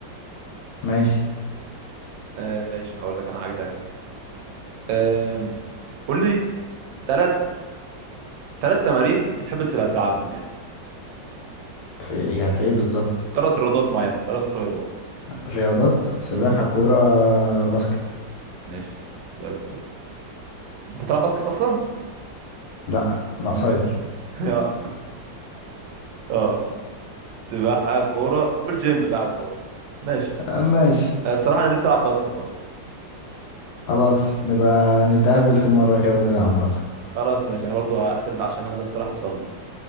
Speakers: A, on the left (about 70°); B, on the right (about 90°).
A: ماشي
B: آه، ماشي هقول لك انا حاجه تانية آم، قول لي ثلاث ثلاث تمارين بتحب تلعبهم يعني
A: في يا في ايه بالظبط
B: ثلاث رياضات معينة ثلاث رياضات
A: رياضات سباحة
B: امم
A: كورة باسكت
B: ماشي زي الفل انت بتلعب باسكت اصلا؟
A: لا انا قصير
B: <laughs> اه اه سباحة كورة قول جيم بقى وخلاص ماشي
A: <laughs> ماشي
B: آه، الصراحة انا نفسي العب باسكت برضه
A: خلاص نبقى نتقابل في مرة كده ونلعب باسكت
B: خلاص ماشي انا برضه هقفل عشان انا بس رايح اصلي